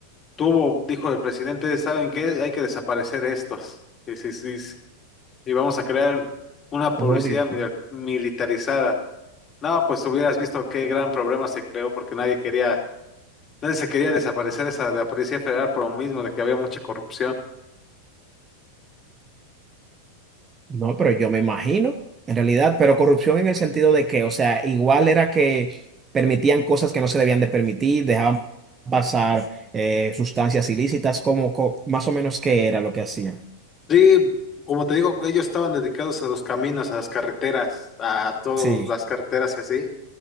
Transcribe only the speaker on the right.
Oh, Dios
mío.
No, pero yo me imagino, en realidad, pero corrupción en el sentido de que, o sea, igual era que permitían cosas que no se debían de permitir, dejaban pasar eh, sustancias ilícitas, como co- más o menos qué era lo que hacían.
Sí,